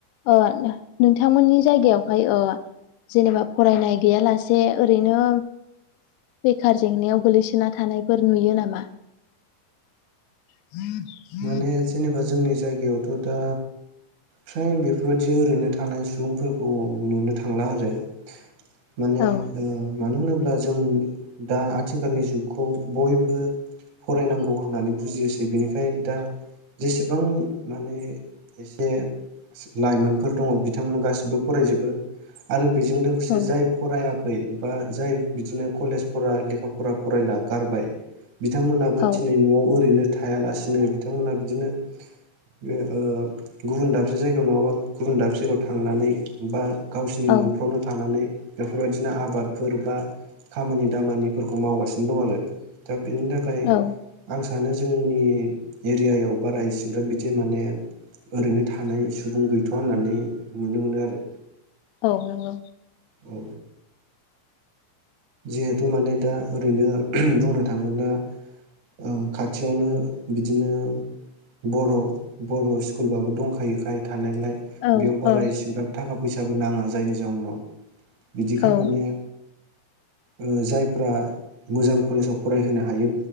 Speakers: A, on the left; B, on the right.
A: ओ नोंथांमोननि जायगायावहाय ओ जेनेबा फरायनाय गैयालासे ओरैनो बेखार जेंनायाव गोलैसोना थानायफोर नुयो नामा? <unintelligible>
B: बे जेनेबा जोंनि जायगायावथ' दा फ्राय बेफोरबायदि ओरैनो थानाय सुबुंफोरखौ नुनो थांला आरो। माने
A: औ
B: ओ मानो होनोब्ला जों दा आथिखालनि जुगखौ बयबो फरायनांगौ होननानै बुजियोसै बेनिखायनो दा जेसेबां माने एसे लाइमोनफोर दङ बिथांमोना गासिबो फरायजोबो आरो बेजों लोगोसे
A: औ
B: जाय फराया- खै बा जाय बिदिनो कलेज फरा लेखा फरा फरायला गारबाय बिथांमोनाबो
A: औ
B: दिनै नआव ओरैनो थायालासिनो बिथांमोना बिदिनो बे ओ गुबुन दाबसे जायगायाव नङाबा गुबुन दाबसे जायगायाव थांनानै बा गावसिनि
A: औ
B: नफ्रावनो थानानै बेफोरबायदिनो आबादफोर बा खामानि दामानिफोरखौ मावगासिनो दं आरो दा बेनि थाखाय
A: औ
B: आं सानो जोंनि एरियायाव बाराएसिग्रााब बिदि माने ओरैनो थानाय सुबुं गैथ होननानै नुनो मोनो आरो
A: औ नंगौ
B: औ जिहेथु माने दा ओरैनो बुंनो थाङोब्ला ओ खाथियावनो बिदिनो बर‌ बर स्कुलबाबो दंखायो खाय थानायलाय
A: औ
B: बेयाव बारा
A: औ
B: इसेग्राब थाखा फैसाबो नाङा जायनि जाउनाव बिदिखाय
A: औ
B: माने ओ जायफ्रा मोजां कलेजाव फरायहोनो हायो